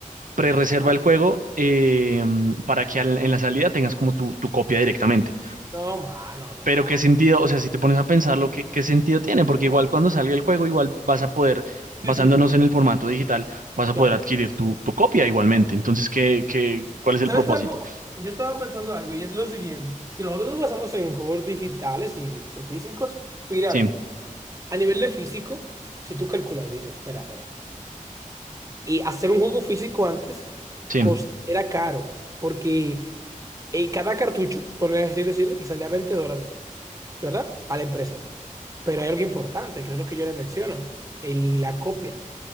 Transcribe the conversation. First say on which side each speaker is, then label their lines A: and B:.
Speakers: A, on the right; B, on the right.
A: pre-reserva
B: Ah,
A: el juego eh, para que al- en la salida tengas como tu, tu copia directamente.
B: no, mano, no.
A: Pero qué sentido, o sea, si te pones a pensarlo, ¿qué, qué sentido tiene? Porque igual cuando salga el juego, igual vas a poder, basándonos
B: Sí, sí, sí,
A: en el formato digital, vas a
B: claro.
A: poder adquirir tu, tu copia igualmente. Entonces, ¿qué, qué, cuál es el
B: ¿Sabes
A: propósito?
B: algo? Yo estaba pensando algo y es lo siguiente. Si nosotros nos basamos en juegos digitales y en físicos, mira
A: Sí,
B: esto. A nivel de físico, si tú calculas y dices, espera, espera. Y hacer un juego físico antes
A: sí,
B: cos- era caro porque eh, cada cartucho, por así decirlo, le salía 20 dólares, ¿verdad? A la empresa. Pero hay algo importante, que es lo que yo le menciono, el- la copia.